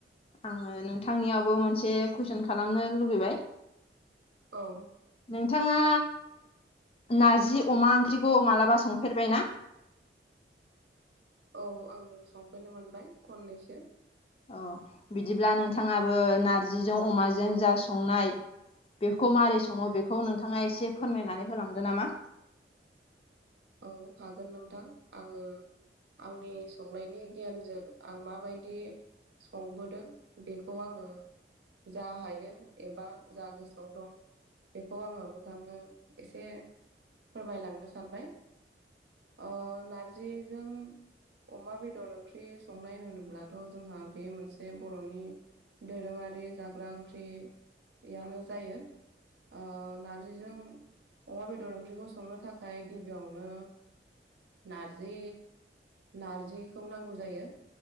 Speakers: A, on the left (about 35°); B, on the right (about 75°).
A: आंङो नोंथांनियावबो मोनसे कुइसन खालामनो लुुबैबाय
B: औ।
A: नोंथांङा नारजि अमा ओंख्रिखौ मालाबा संफेरबाय ना?
B: औ आं संफेरनो मोनबाय खननैसो।
A: अ बिदिब्ला नोंथांङाबो नारजिजों अमाजों जा संनाय बेखौ मारै संङो बेखौ नोंथांङा एसे फोरमायनानै होलांदो नामा
B: औ हागोन नोंथां आंङो आंनि संनायनि गियानजों आं माबायदि संबोदों बेखौ आंङो जा हायो एबा जा गोसोआव दं बेखौ आंङो नोंथांनो एसे फोरमायलांनो सानबाय। ओ नारजिजों अमा बेदर ओंख्रि संनाय होनोब्लाथ' जोंहा बे मोनसे बर'नि दोरोंङारि जाग्रा ओंख्रियानो जायो। ओ नारजिजों अमा बेदर ओंख्रिखौ संनो थाखाय गिबियाव संनो नारजि नारजिखौ नांगौ जायो।